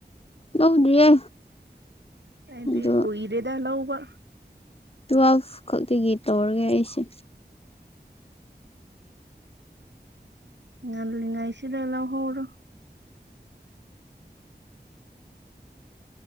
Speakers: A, on the left; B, on the right.
A: ꯂꯧꯗ꯭ꯔꯤꯌꯦ
B: ꯑꯩꯗꯤ
A: ꯑꯗꯣ
B: ꯀꯨꯏꯔꯦꯗꯥ ꯂꯧꯕ
A: ꯇꯨꯌꯦꯜꯐ ꯈꯛꯇꯒꯤ ꯇꯧꯔꯒꯦ ꯑꯩꯁꯦ
B: ꯉꯜꯂꯤꯉꯩꯁꯤꯗ ꯂꯧꯍꯧꯔꯣ